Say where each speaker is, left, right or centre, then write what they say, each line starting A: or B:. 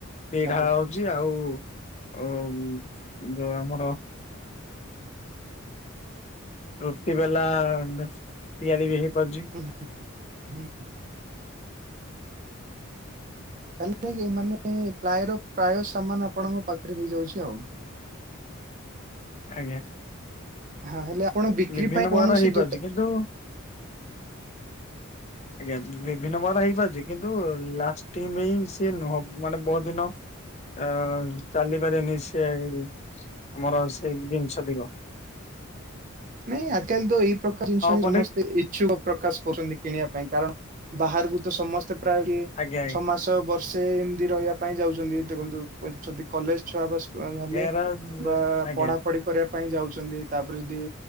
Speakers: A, on the left; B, on the right.
A: ପିଢା
B: ତାପରେ
A: ହଉଛି ଆଉ ଓ ମ ଯୋଉ ଆମର। ରୁଟି ବେଲା ତିଆରି ବି ହେଇପାରୁଛି।
B: ହୁଁ ହୁଁ। ତା ନେ କି ମାନେ ପ୍ରାୟ ରୁ ପ୍ରାୟ ସାମାନ ଆପଣଙ୍କ ପାଖରେ ହେଇଯାଉଛି ଆଉ।
A: ଆଜ୍ଞା।
B: ହଁ ହେଲେ। ଆପଣ ବିକ୍ରି
A: ବିଭିନ୍ନ
B: ପାଇଁ କୌଣସି
A: ପ୍ରକାର ର ହେଇପାରୁଛି
B: ଦୋକା
A: କିନ୍ତୁ। ଆଜ୍ଞା ବିଭିନ୍ନ ପ୍ରକାର ର ହେଇପାରୁଛି କିନ୍ତୁ ଲାଷ୍ଟିଙ୍ଗ ପାଇଁ ସିଏ ନୁହ ମାନେ ବହୁତ ଦିନ। ଆ ଚାଲି ପାରେନି ସେ ଇ ରେ। ଆମର ସେଇ ଜିନିଷତିକ।
B: ନାଇଁ ଆଜି କାଲି ତ ଏଇ ପ୍ରକାର ଜିନିଷ
A: ପଲେ
B: ସମସ୍ତେ ଇଚ୍ଛୁକ ପ୍ରକାଶ କରୁଛନ୍ତି କିଣିବା ପାଇଁ କାରଣ ବାହାରକୁ ତ ସମସ୍ତେ ପ୍ରାୟ କେ
A: ଆଜ୍ଞା ଆଜ୍ଞା
B: ଛଅ ମାସ, ବର୍ଷ। ସେ ଏମିତି ରହିବା ପାଇଁ ଯାଉଛନ୍ତି ଦେଖନ୍ତୁ ଯଦି କଲେଜ ଛୁଆ ବା ଭାରିଲେ
A: ଏରା
B: ବା
A: ଆଜ୍ଞା
B: ପଢାପଢି କରିବା ପାଇଁ, ଯାଉଛନ୍ତି ତାପରେ ଯଦି